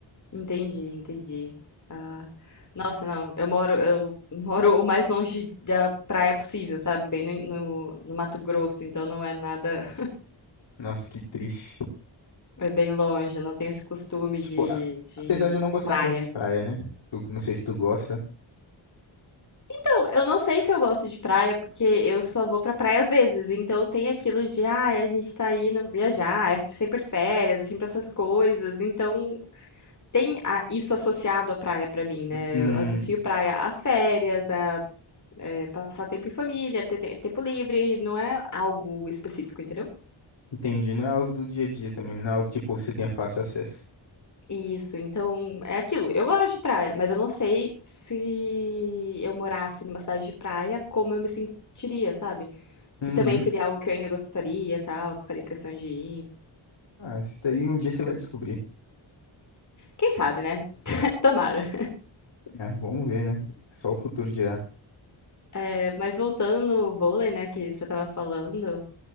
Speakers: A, on the left; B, on the left.
A: Entendi, entendi. Ah, nossa, não. Eu moro, eu moro o mais longe da praia possível, sabe? Bem no, no, no Mato Grosso, então não é nada,
B: Nossa, que triste.
A: é bem longe. Eu não tenho esse costume
B: Tipo,
A: de,
B: a-
A: de
B: apesar de eu não gostar
A: praia.
B: tanto de praia, né? Tu- não sei se tu gosta.
A: Então, eu não sei se eu gosto de praia, porque eu só vou pra praia às vezes. Então tem aquilo de, ah, a gente tá indo viajar, é sempre férias, é sempre essas coisas. Então tem a- isso associado à praia pra mim, né?
B: Hum,
A: Eu associo praia a férias, a é, passar tempo em família, ter te- tempo livre, não é algo específico, entendeu?
B: entendi. Não é algo do dia a dia também, né? não é algo que, tipo, você tenha fácil acesso.
A: Isso, então é aquilo. Eu gosto de praia, mas eu não sei se eu morasse numa cidade de praia, como eu me sentiria, sabe? Se
B: Uhum.
A: também seria algo que eu ainda gostaria, tal, que eu faria questão de ir.
B: Ah, isso daí um dia você vai descobrir.
A: Quem sabe, né? <laughs> Tomara.
B: Ah, vamos ver, né? Só o futuro dirá.
A: É, mas voltando no vôlei, né, que você tava falando,